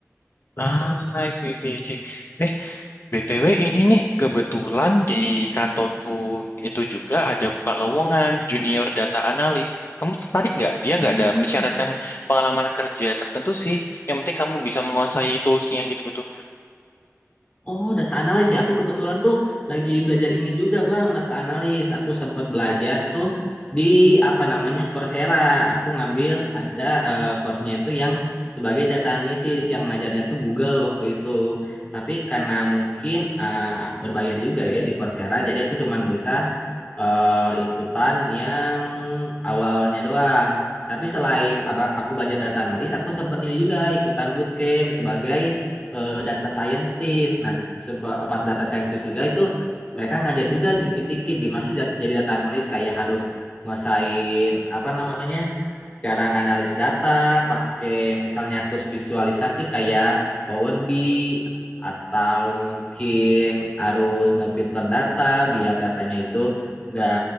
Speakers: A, on the left (about 50°); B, on the left (about 20°).
A: Ah, sih, sih, sih. Eh, BTW ini nih, kebetulan di kantorku itu juga ada buka lowongan junior data analis. Kamu tertarik nggak? Dia
B: Hmm.
A: nggak ada mensyaratkan pengalaman kerja tertentu sih. Yang penting kamu bisa menguasai toolsnya gitu-gitu.
B: Oh, data analis ya. Aku kebetulan tuh lagi belajar ini juga, Bang, data analis. Aku sempat belajar tuh di apa namanya Coursera. Aku ngambil ada eh, course-nya itu yang sebagai data analisis yang ngajarnya tuh Google waktu itu. Tapi karena mungkin eh, berbayar juga ya di Coursera, jadi aku cuman bisa eh, ikutan yang awal-awalnya doang. Tapi selain apa- aku belajar data analis, aku sempat ini juga ikutan bootcamp sebagai eh, data scientist. Nah, seba- pas data scientist juga itu mereka ngajarin juga dikit-dikit gimana sih dat- jadi data analis kayak harus nguasain apa namanya cara nganalis data pakai misalnya terus visualisasi kayak Power BI atau mungkin harus ngefilter data biar datanya itu nggak